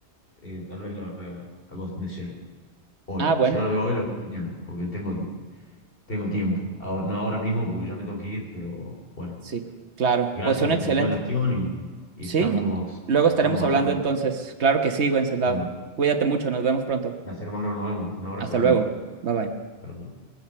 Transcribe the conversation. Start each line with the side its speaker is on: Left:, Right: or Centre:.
Left: eh, tal vez la vea a Ghost in the Shell hoy.
Right: Ah, bueno,
Left: Si no la veo hoy, la veo mañana, porque tengo, tengo tiempo. Ahora- no ahora mismo, porque ya me tengo que ir, pero bueno,
Right: sí, claro.
Left: gracias
Right: Pues suena
Left: por
Right: excelente.
Left: la recomendación y, y
Right: Sí,
Left: estamos,
Right: luego
Left: estamos
Right: estaremos
Left: hablando.
Right: hablando entonces. Claro que sí, Wenceslao.
Left: Bueno,
Right: Cuídate mucho, nos vemos pronto.
Left: gracias hermano, nos vemos. Un abrazo
Right: Hasta
Left: grande.
Right: luego. Bye bye.
Left: Hasta luego.